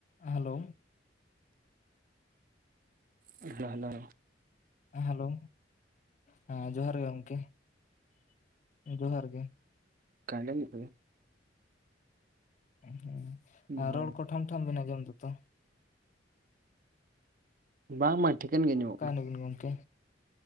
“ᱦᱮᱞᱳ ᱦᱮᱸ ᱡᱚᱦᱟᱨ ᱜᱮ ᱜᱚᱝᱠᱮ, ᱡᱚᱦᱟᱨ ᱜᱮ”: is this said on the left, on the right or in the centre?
Left